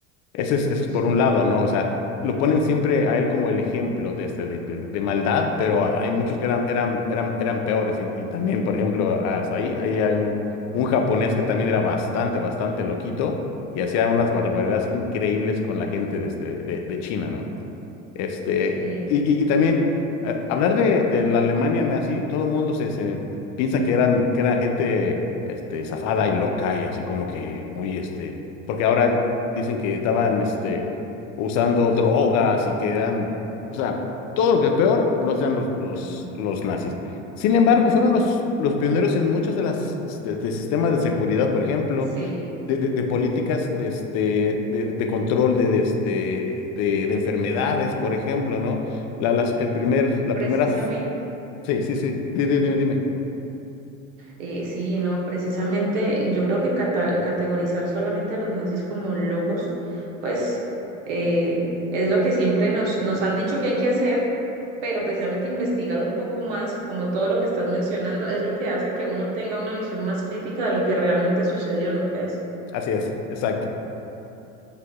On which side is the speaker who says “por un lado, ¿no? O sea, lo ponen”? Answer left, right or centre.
Left